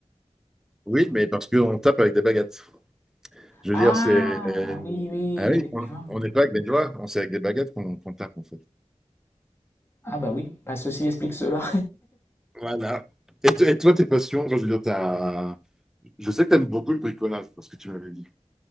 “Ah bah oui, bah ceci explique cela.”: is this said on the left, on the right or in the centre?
Left